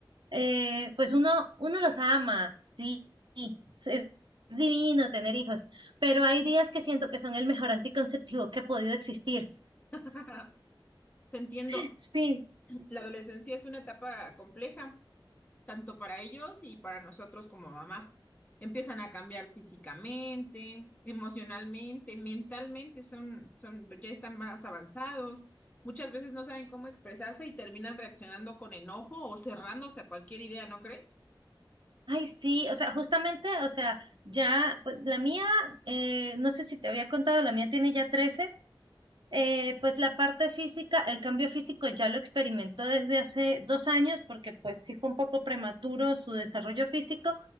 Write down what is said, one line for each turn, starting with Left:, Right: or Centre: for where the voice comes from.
Right: Eh, pues uno, uno los ama, sí, sí, es es divino tener hijos, pero hay días que siento que son el mejor anticonceptivo que ha podido existir.
Left: <laughs> Te entiendo.
Right: <laughs> Sí.
Left: La adolescencia es una etapa compleja tanto para ellos y para nosotros como mamás. Empiezan a cambiar físicamente, emocionalmente, mentalmente, son, son, ya están más avanzados. Muchas veces no saben cómo expresarse y terminan reaccionando con enojo o cerrándose a cualquier idea, ¿no crees?
Right: Ay, sí, o sea, justamente, o sea, ya, pues la mía, eh, no sé si te había contado, la mía tiene ya trece eh, pues la parte física, el cambio físico ya lo experimentó desde hace dos años, porque pues sí fue un poco prematuro su desarrollo físico,